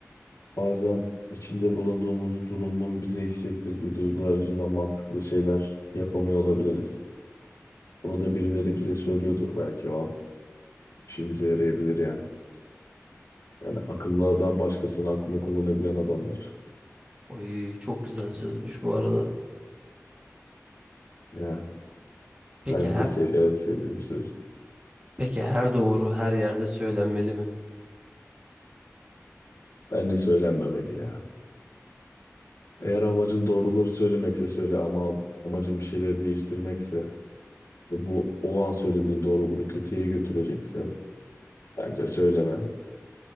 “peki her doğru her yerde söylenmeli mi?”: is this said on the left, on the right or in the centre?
Right